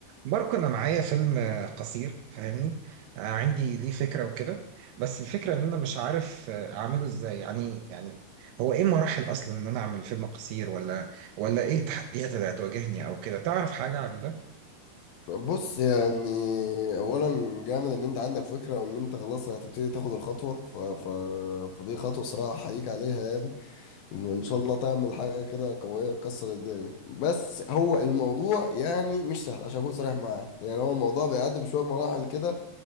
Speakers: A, on the right (about 75°); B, on the left (about 70°).
A: ماركو انا معايا فيلم آه، قصير فاهمني آه، عندي ليه فكره وكده بس الفكره ان انا مش عارف آه، اعمله ازاي يعني يعني هو ايه مراحل اصلا ان انا اعمل فيلم قصير ولا ولا ايه التحديات اللي هتواجهني او كده تعرف حاجه عن ده
B: بص يعني اولا جامد ان انت عندك فكره وان انت خلاص هتبتدي تاخد الخطوه ف... ف... فدي خطوه صراحه احييك عليها يعني وان شاء الله تعمل حاجه كده قويه تكسر الدنيا بس هو الموضوع يعني مش سهل عشان اكون صريح معاك يعني هو الموضوع بيعدي بشويه مراحل كده